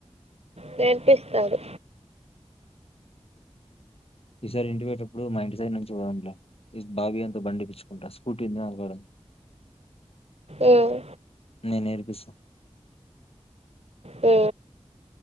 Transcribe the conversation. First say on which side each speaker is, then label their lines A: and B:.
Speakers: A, on the right; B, on the left.
A: నేర్పిస్తాడు
B: ఈసారి ఇంటి వోయేటప్పుడు మా ఇంటి సైడ్ నుంచి పోదాం లే ఈ బాబిగాని తో బండి ఇప్పిచ్చుకుంటా స్కూటీ ఉందా వాని కాడ,
A: ఉమ్,
B: నే నేర్పిస్స
A: హ